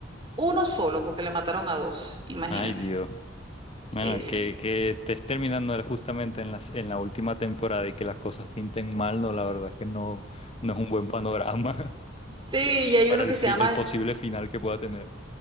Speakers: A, on the right; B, on the left.
A: uno solo porque le mataron a dos, imagínate.
B: Ay, Dios.
A: Sí,
B: Bueno,
A: sí.
B: que, que te estés terminando justamente en las, en la última temporada y que las cosas pinten mal, no, la verdad es que no, no es un buen panorama <laughs>
A: Sí, y hay
B: para
A: uno
B: el,
A: que
B: fi-
A: se llama,
B: el posible final que pueda tener.